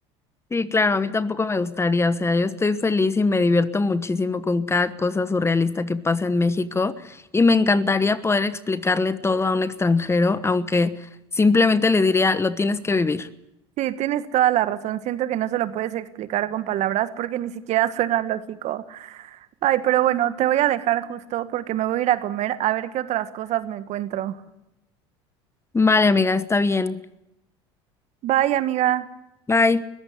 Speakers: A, on the left; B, on the right.
A: Sí, claro, a mí tampoco me gustaría, o sea, yo estoy feliz y me divierto muchísimo con cada cosa surrealista que pasa en México y me encantaría poder explicarle todo a un extranjero, aunque simplemente le diría, lo tienes que vivir.
B: Sí, tienes toda la razón. Siento que no se lo puedes explicar con palabras porque ni siquiera <laughs> suena lógico. Ay, pero bueno, te voy a dejar justo porque me voy a ir a comer a ver qué otras cosas me encuentro.
A: Vale, amiga, está bien.
B: Bye, amiga.
A: Bye.